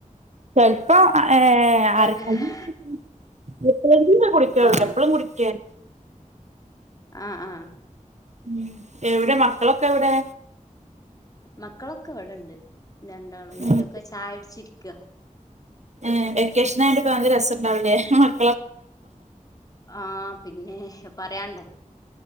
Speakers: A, on the right; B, on the left.
A: ചെലപ്പോ ഏ ആരൊപ്പം
B: പിന്നെ
A: <inaudible> <unintelligible>
B: ആഹ്
A: എപ്പളും കുടിക്കാൻ
B: ആഹ് ആഹ്‌
A: ഉം എവിടെ മക്കളൊക്കെ എവിടെ
B: മക്കളൊക്കെവ്ടണ്ട് രണ്ടാളും മുലൊക്ക
A: ഉം
B: ചായുടിച്ചിരിക്കാ
A: ഏഹ് വെക്കേഷൻ ആയിട്ട് ഇപ്പ നല്ല രസം ഉണ്ടാവും അല്ലെ
B: ആഹ് പിന്നേ പറയാണ്ടോ